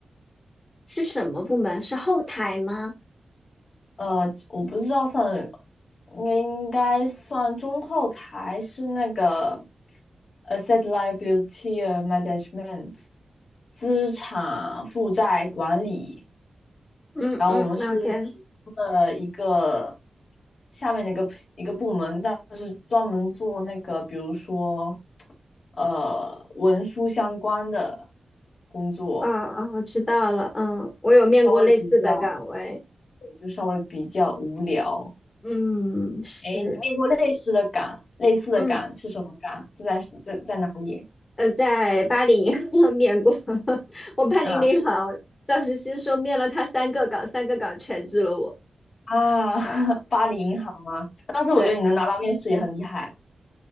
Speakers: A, on the left; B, on the left.
A: 是什么部门？是后台吗？
B: 呃，我不知道算，应该应该算中后台是那个 asset liability management 资产负债管理，
A: 嗯嗯，OK，
B: 然后我们是其中的一个下面的一个一个部门，但是专门做那个，比如说呃文书相关的工作，
A: 那啊啊，我知道了，嗯，我有面过类似的岗位，
B: 就稍微比较，对就稍微比较无聊。
A: 嗯，是。
B: 哎，你面过类似的岗，类似的岗是什么岗？
A: 嗯。
B: 是在在在哪里
A: 呃，在巴黎 <laughs> 面过，<laughs> 我巴黎那行赵石溪说面了他三个岗，
B: 啊？是
A: 三个岗全治了我。
B: 啊，<laughs> 巴黎银行吗？当时我觉得你能拿到面试也很厉害，
A: 对，